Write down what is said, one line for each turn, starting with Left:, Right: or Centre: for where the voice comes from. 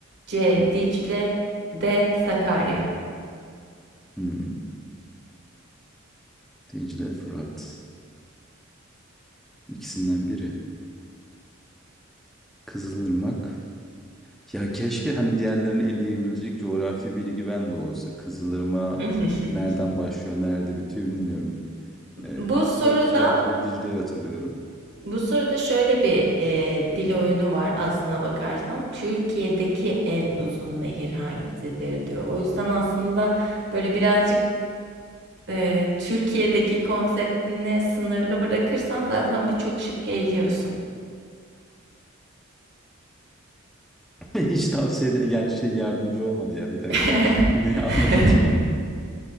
Right: C. Dicle D. Sakarya
Centre: Hmm. Dicle Fırat. İkisinden biri. Kızılırmak. Ya keşke hani diğerlerini eleyebilecek coğrafi bilgi bende olsa. Kızılırmak
Right: <laughs>
Centre: nereden başlıyor, nerede bitiyor bilmiyorum. Ee,
Right: Bu soruda
Centre: Fı- Fırat ve Dicle'yi hatırlıyorum.
Right: bu soruda
Centre: <laughs>
Right: şöyle bir e, dil oyunu var aslına bakarsan. Türkiye'deki en uzun nehir hangisidir diyor. O yüzden aslında böyle birazcık e, Türkiye'deki konseptini sınırlı bırakırsan zaten birçok şıkkı eliyorsun.
Centre: Hiç tavsiye ede- yani şey yardımcı olmadı ya bir dakika.
Right: <laughs>
Centre: <laughs> Ne anlamadım.